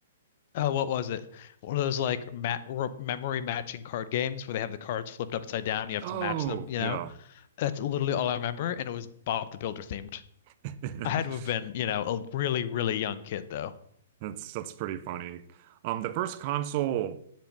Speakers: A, on the left; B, on the right.
A: Oh, what was it? One of those like ma re- memory matching card games where they have the cards flipped upside down. You have
B: Oh,
A: to match them, you
B: yeah.
A: know? That's literally all I remember. And it was Bob the Builder themed.
B: <laughs>
A: I had to have been, you know, a really, really young kid though.
B: That's that's pretty funny. Um, the first console,